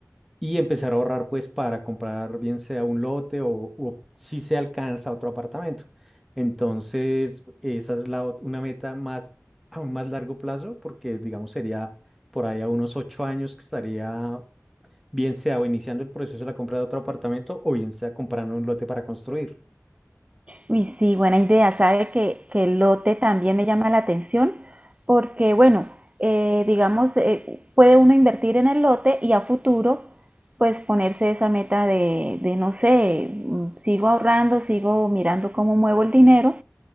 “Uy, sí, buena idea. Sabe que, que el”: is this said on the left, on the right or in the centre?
Right